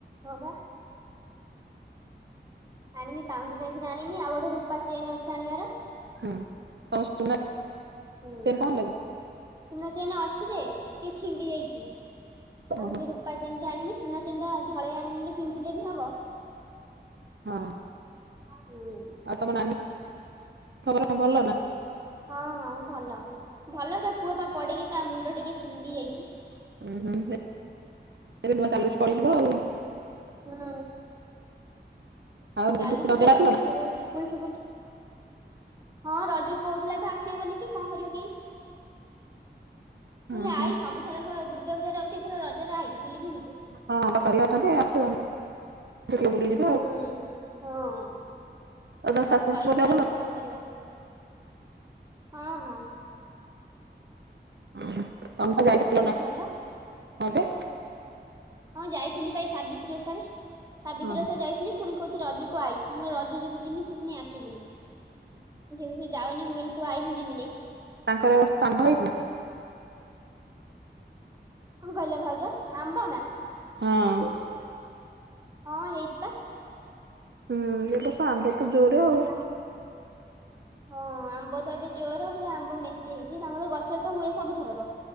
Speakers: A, on the right; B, on the right.
A: ହବା। ଆଣିମି ପାଉଁଜି ଯାଇକିନା ଆଣିମି ଆଉ ଗୋଟେ ରୁ ପା ଚେନେ ଅଛି ଆଣିବାରେ
B: ହୁଁ ତମ ସୁନା
A: ହୁଁ।
B: ଚେନ୍ କଣ ହେଲା କି?
A: ସୁନା ଚେନେ ଅଛି ଯେ ଟିକେ ଛିଣ୍ଡି ଜାଇଚି ଆଉ
B: ଓହୋ
A: ଗୋଟେ ରୁ ରୁପା ଚେନେଟେ ଆଣିମି ସୁନା ଚେନେଟା ଝଳେଇ ଆଣିଲେ ପିନ୍ଧିଲେ ବି ହବ।
B: ହଁ।
A: ହୁଁ।
B: ଆଉ ତମ ନାନୀ ଖବର କଣ ଭଲ ନା?
A: ହଁ ହଁ ଭଲ ଭଲ ତା ପୁଅ ଟା ପଡିକି ତା ମୁଣ୍ଡ ଟିକେ ଛିଣ୍ଡି ଯାଇଚି।
B: ଉହୁଁ ହେ ଏବେ ନୂଆ ଚାଲୁଛି ପଡିଯିବ ଆଉ।
A: ହୁଁ।
B: ଆଉ
A: ଚାଲୁଚି
B: ରଜରେ
A: ତ ଏବେ
B: ଆସିବ
A: ନୂଆ
B: ନା?
A: ହେଇ ଯୋଉ ଠୁକୁଲୁ ଠୁକୁଲୁ। ହଁ ରଜକୁ କହୁଥୁଲା ତ ଆସିବ ବୋଲିିକି କଣ କରିବ କେଜାଣି।
B: ହଁ
A: ହେଲେ ଆଇ
B: ହଁ
A: ସବୁଥରକ ଦୁର୍ଗା ପୂଜାରେ ଆଉଚୁ ଏଥର ରଜରେ ଆଇ ବୁଲିକି ଯିବୁ।
B: ହଁ ବାପା ହେରିକା ଅଛନ୍ତି ଆସୁ ବୁଲି ବୁଲିକି ଯିବୁ।
A: ହୁଁ ହଁ
B: ଆଉ ତମ ଶାଶୁଙ୍କ
A: ପାଇଚି
B: ଦେହ
A: ତାକୁ।
B: ଭଲ?
A: କଣ କରିବ ହଁ ହଁ।
B: ହଁ ତମେପା
A: ତାଙ୍କ
B: ଯାଇଥିଲ
A: ଦେହ ସବୁ
B: ନାଁ
A: ଭଲ।
B: ହଁ ପା।
A: ହଁ ଯାଇଥିଲି ପା ଏଇ ସାବିତ୍ରୀ ଓଷାରେ ସାବିତ୍ରୀ
B: ହଁ ହଁ
A: ଓଷାରେ ଯାଇଥିଲି। ପୁଣି କହୁଚି ରଜକୁ ତୁ ଆଇ ମୁଁ ରଜକୁ ଯେଦି ଜିମି ତୁ ପୁଣି ଆସିବୁନେହିଁ। ମୁଁ ଯାଉନି ମୁଁ କହିଲି ତୁ ଆଇ ମୁଁ ଯିମିନେହିଁ।
B: ତାଙ୍କର ଗୋଟେ ସଣ୍ଢ ହେଇଚି ନା?
A: କଣ କହିଲ ଭାଉଜ ଆମ୍ବ ନା?
B: ହଁ।
A: ହଁ ହେଇଚି ପା।
B: ହୁଁ ଏବର୍ଷ ଆମ୍ବ ତ ଜୋରେ ଆଉ।
A: ଆମ୍ବ ହଁ। ଆମ୍ବ ତ ଏବେ ଜୋର ପୁରା ଆମ୍ବ ମେଞ୍ଚେ ହେଇଚି ତାଙ୍କ ଗଛରେ ତ ହୁଏ ସବୁଥରକ।